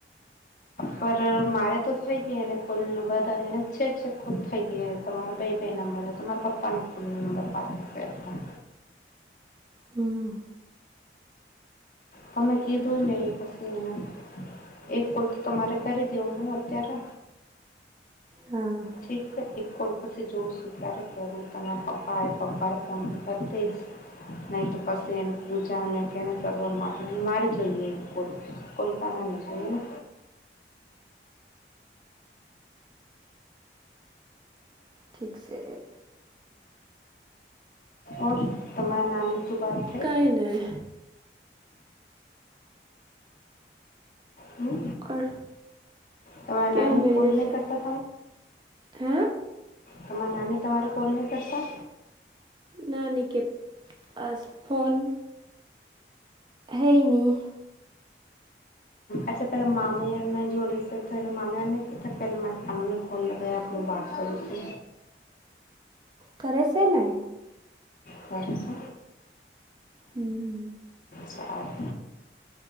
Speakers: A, on the left (about 50°); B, on the right (about 25°).
A: પર મારે તો થઈ ગઈ એને કોલ નંબર એને છે છે કૂલ થઈ ગયા તમારા બે બેાઈ નંબર તમારા પપ્પાનો કૂલનો નંબર પાસે થટ
B: હમ
A: તમે કીધું ને એ પછી એના, એક પલ તો તમારે કરી દેવ હું અત્યારે
B: હા
A: ઠીક છે એક કોલ પછી જોઉં છું ક્યારે કરું તમારા પપ્પાએ પપ્પાએ ફોન કર પતિશ, નહીં તો પછી એની પૂજા અને કેને કરવા માટે મારી જોઈએ કોલ કોલપાનાની જોઈએને
B: ઠીક સે
A: ઓ તમાર નાની તો બાત થઈ
B: કાંઈ નહીં
A: હમ
B: અડ
A: તમારા
B: કેમ
A: નાની
B: બેરી
A: કોલ નહીં
B: છે
A: કરતા
B: હે
A: તમાર નાની તમારે કોલ ની કરતા
B: નાની કે પાસ ફોન હેઈ ની
A: અચ્છા પેલા મામ્યાને જોડે છે તો માામ્યાનેતા પલા મારે ખાને મે ફોન લગાયાઆપું વાત કરું છુ
B: કરે સેને
A: કરે સે
B: હમ
A: સારુ